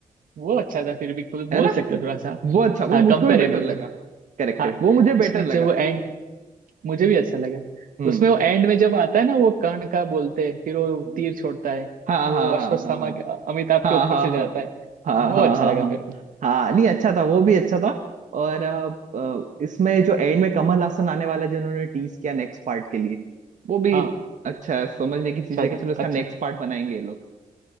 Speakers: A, on the right; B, on the right.
A: वो अच्छा था फिर भी कुछ बोल
B: है ना
A: सकते हो थोड़ा सा
B: वो अच्छा वो
A: हाँ
B: मुझको
A: कंपेरेबल
B: भी बेटर लगा
A: था
B: करेक्ट
A: हाँ
B: करेक्ट वो मुझे बेटर
A: उसमें
B: लगा
A: जब वो एंड मुझे भी अच्छा लगा
B: हम्म
A: उसमें वो एंड में जब आता है ना वो कर्ण का बोलते हैं फिर वो
B: हम्म।
A: तीर छोड़ता है
B: हाँ
A: वो
B: हाँ हाँ
A: अश्वत्थामा के अमिताभ
B: हाँ
A: के ऊपर
B: हाँ हाँ
A: से
B: हाँ
A: जाता है
B: हाँ
A: वो
B: हाँ
A: अच्छा
B: हाँ
A: लगा
B: हाँ
A: मेरे को
B: हाँ, नहीं अच्छा था वो भी अच्छा था और अ, अ, इसमें जो एंड में कमल हासन आने वाला है, जिन्होंने टीज किया नेक्स्ट पार्ट के लिए वो भी
A: हाँ
B: अच्छा है समझने की चीज
A: अच्छा
B: है कि
A: था
B: चलो इसका
A: अच्छा
B: नेक्स्ट पार्ट बनाएंगे ये लोग